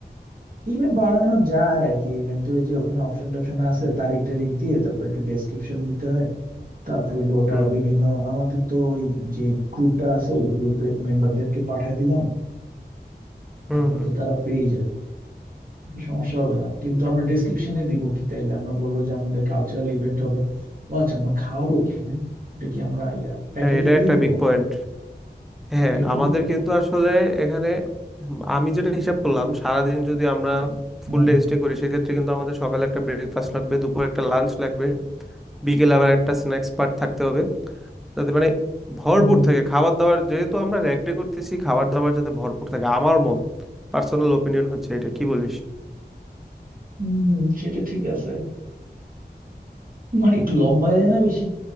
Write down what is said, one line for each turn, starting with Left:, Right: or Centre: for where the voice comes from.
Right: ইভেন্ট বানানো যায় আর কি ইভেন্টের ওই যে ওখানে অপশন টপশন আছে তারিখ টারিখ দিয়ে তারপর একটা ডেসক্রিপশন দিতে হয় তারপর হলো ওটা
Centre: হুম
Right: বিভিন্ন আমাদের তো ওই যে গ্রুপটা আছে ওই গ্রুপে মেম্বারদেরকে পাঠিয়ে দিলাম
Centre: হুম
Right: তারপর
Centre: হুম
Right: তো তারা পেয়ে যাবে ওটা সমস্যা হবে না কিন্তু আমরা ডেসক্রিপশনে দিব কি তাইলে আমরা বলবো যে আমাদের কালচারাল ইভেন্ট হবে ও আচ্ছা আমরা খাওয়াবো কি হ্যাঁ এটা কি আমরা ইয়া প্যাকেটে
Centre: হ্যাঁ এটা
Right: দিয়ে
Centre: একটা
Right: দিব
Centre: বিগ পয়েন্ট হ্যাঁ
Right: প্যাকেটে
Centre: আমাদের
Right: দিয়ে দিব
Centre: কিন্তু আসলে এখানে উম আমি যেটা হিসাব করলাম সারাদিন যদি আমরা ফুল
Right: হুম
Centre: ডে স্টে করি সেক্ষেত্রে কিন্তু আমাদের সকালে একটা ব্রেকফাস্ট লাগবে দুপুরে একটা লাঞ্চ লাগবে বিকেলে আবার একটা স্ন্যাক্স পার্ট থাকতে হবে যাতে মানে ভরপুর
Right: হুম
Centre: থাকে খাবার দাবার যেহেতু আমরা র্যাগ ডে করতেছি খাবার দাবার যাতে ভরপুর থাকে আমার মত পার্সোনাল ওপিনিয়ন হচ্ছে এটা কি বলিস
Right: হুম, সেটা ঠিক আছে মানে একটু লম্বা হয়ে যায় না বেশি